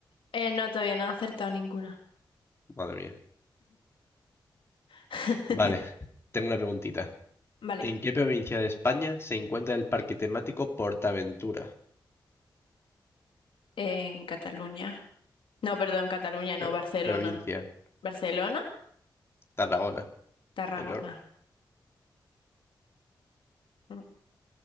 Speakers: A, on the left; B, on the left.
A: Eh, no, todavía no he acertado ninguna.
B: Madre mía.
A: <laughs>
B: Vale, tengo una preguntita.
A: Vale,
B: ¿En qué provincia de España se encuentra el parque temático Portaventura?
A: en Cataluña. No, perdón, Cataluña, no,
B: Pro-
A: Barcelona.
B: provincia,
A: ¿Barcelona?
B: Tarragona,
A: Tarragona.
B: el oro.
A: Mm,